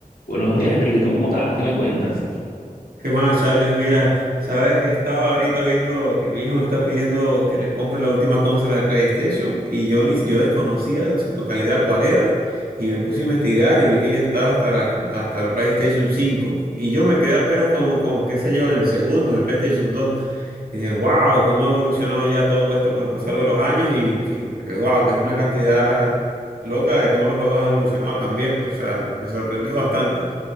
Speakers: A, on the left; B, on the right.
A: Buenos días, Enrique, ¿cómo estás? ¿Qué me cuentas?
B: ¿Qué más, Charles? Mira, sabes que estaba ahorita viendo que mi hijo me está pidiendo que le compre la última consola de PlayStation y yo, ni, yo desconocía en su totalidad cuál era y me puse a investigar y vi que ya estaba hasta la, hasta la PlayStation 5 y yo me quedé apenas como, como, qué sé yo, en el segundo, en el PlayStation 2 y dije, wow, cómo ha evolucionado ya todo esto con el pasar de los años y que, que wow, que es una cantidad loca de cómo los juegos han evolucionado también, pues, o sea, me, me sorprendió bastante.